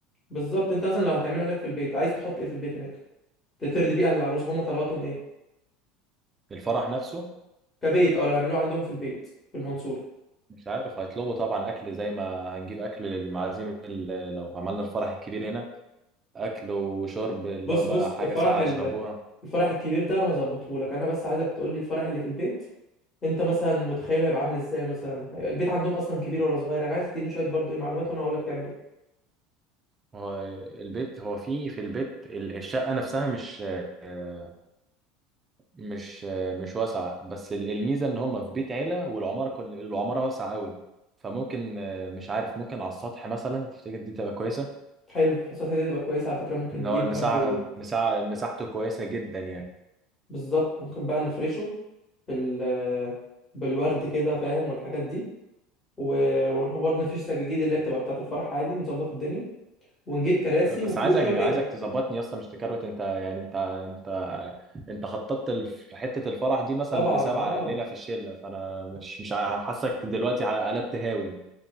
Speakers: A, on the left (about 20°); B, on the right (about 20°).
A: بالظبط انت مثلا لو هتعمله هناك في البيت عايز تحط ايه في البيت هناك ترضي بيه اهل العروسه هما طلباتهم ايه
B: الفرح نفسه
A: كبيت اه لو هيعملوه عندهم في البيت في المنصورة
B: مش عارف هيطلبوا طبعا اكل زي ما هنجيب اكل للمعازيم اللي لو عملنا الفرح الكبير هنا اكل وشرب اللي
A: بص
B: هو بقى
A: بص
B: حاجه
A: الفرح
B: ساقعه
A: ال...
B: يشربوها
A: الفرح الكبير ده انا هظبطه لك انا بس عايزك تقول لي الفرح اللي في البيت انت مثلا متخيله هيبقى عامل ازاي مثلا البيت عندهم اصلا كبير ولا صغير انا عايز تديني شويه برضو ايه معلومات وانا هقول لك تعمل ايه
B: هو البيت هو في في البيت ال- الشقه نفسها مش آه، مش آه، مش واسعه بس ال- الميزه ان هم في بيت عيله والعماره كل العماره واسعه قوي فممكن آه، مش عارف ممكن على السطح مثلا تفتكر دي تبقى كويسه
A: حلو حصلت هديه تبقى كويسه على فكره ممكن
B: ان
A: نجيب
B: هو المساحه
A: برضو
B: مساحه مساحته كويسه جدا يعني
A: بالظبط ممكن بقى نفرشه بال بالورد كده فاهم والحاجات دي و... وبرضه نفيش سجاجيد اللي هي بتبقى بتاعه الفرح عادي نظبط الدنيا ونجيب كراسي
B: بس
A: وكوشه
B: عايزك عايزك
A: وكده
B: تظبطني يا اسطى مش تكروت انت يعني انت انت انت خططت الف- حته الفرح دي مثلا
A: طبعا
B: لسبعه
A: اه
B: ليله في الشله فانا مش مش ع- حاسك دلوقتي ع- قلبت هاوي